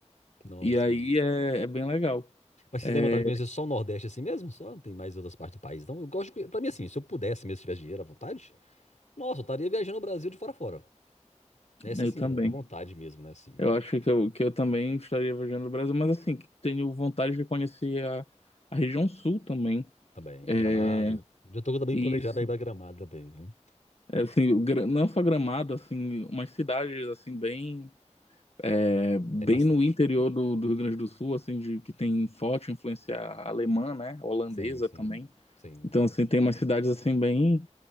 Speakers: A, on the left; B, on the left.
A: nossa,
B: E aí
A: que massa.
B: é, é bem legal.
A: Mas você
B: É,
A: tem vontade de conhecer só o Nordeste assim mesmo? Só não tem mais outras partes do país. Então, eu gosto de... conhe- Pra mim, assim, se eu pudesse mesmo, se tivesse dinheiro à vontade, nossa, eu estaria viajando o Brasil de fora a fora. Essa,
B: Eu
A: assim,
B: também.
A: é à vontade mesmo, né? Assim,
B: Eu acho que eu, que eu também estaria viajando no Brasil, mas assim, tenho vontade de conhecer a, a região sul também.
A: também.
B: É,
A: Gramado. Já tô também
B: isso.
A: planejado aí pra Gramado também, viu?
B: É, assim, Gra- não só Gramado, assim, umas cidades assim bem é, bem
A: Tem bastante.
B: no interior
A: ó.
B: do, do Rio Grande do Sul, assim, de, que tem forte influência alemã, né? Holandesa
A: Sim, sim.
B: também.
A: Sim.
B: Então, assim, tem umas cidades assim bem